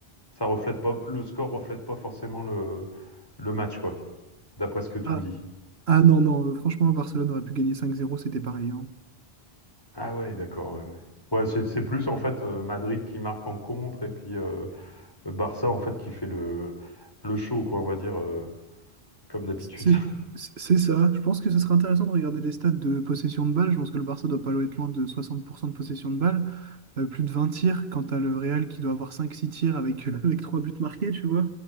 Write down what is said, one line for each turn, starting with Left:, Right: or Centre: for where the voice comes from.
Left: Ça reflète pas. Le score reflète pas forcément le, le match, quoi, d'après ce que tu
Right: Ah,
Left: me dis.
Right: ah non, non, euh, franchement, Barcelone aurait pu gagner cinq zéro, c'était pareil. hein.
Left: Ah ouais, d'accord. Ouais, ouais. Ouais, c'est c'est plus en fait euh, Madrid qui marque en contre et puis euh, Barça en fait qui fait le, le show, quoi, on va dire, euh, comme d'habitude.
Right: C'est c'est- c'est ça. Je pense que ce serait intéressant de regarder les stats de possession de balle. Je pense que le Barça doit pas être loin de 60% de possession de balle. euh, plus de 20 tirs, quand tu as le Real qui doit avoir 5-6 tirs avec, euh, avec 3 buts marqués, tu vois.